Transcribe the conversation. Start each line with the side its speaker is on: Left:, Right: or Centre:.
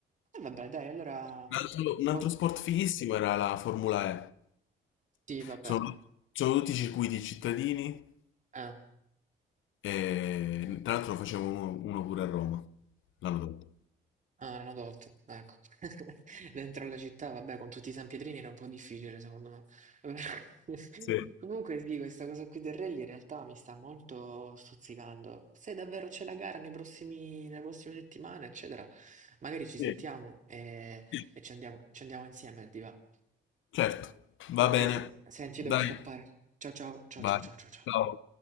Right: e vabbè, dai, allora...
Left: Un altro, un
Right: poi-
Left: altro sport fighissimo era la Formula E.
Right: Sì, vabbè.
Left: Sono, sono tutti circuiti cittadini
Right: Eh.
Left: e tra l'altro ne facevo uno, uno pure a Roma l'anno dopo.
Right: Ah, erano adulti, ecco. <laughs> Dentro la città, vabbè, con tutti i sanpietrini era un po' difficile, secondo me. <laughs>
Left: Sì.
Right: Comunque sì, questa cosa qui del rally in realtà mi sta molto stuzzicando. Se davvero c'è la gara nei prossimi, nelle prossime settimane, eccetera, magari ci sentiamo
Left: Sì.
Right: e,
Left: Sì.
Right: e ci andiamo, ci andiamo insieme, ti va?
Left: Certo, va
Right: Ok,
Left: bene.
Right: se- senti,
Left: Dai,
Right: io devo scappare. Ciao ciao, ciao
Left: vai.
Right: ciao ciao ciao. ciao.
Left: Ciao.